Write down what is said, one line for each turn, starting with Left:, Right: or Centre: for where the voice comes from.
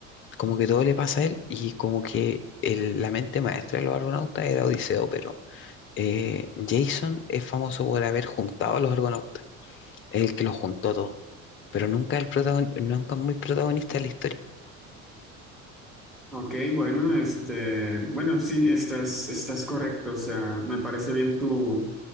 Left: como que todo le pasa a él y como que el- la mente maestra de los Argonautas era Odiseo, pero eh, Jason es famoso por haber juntado a los Argonautas, es el que los juntó a todos, pero nunca el protagon- nunca es muy protagonista de la historia.
Centre: Ok, bueno, este, bueno, sí, estás, estás correcto. O sea, me parece bien tu,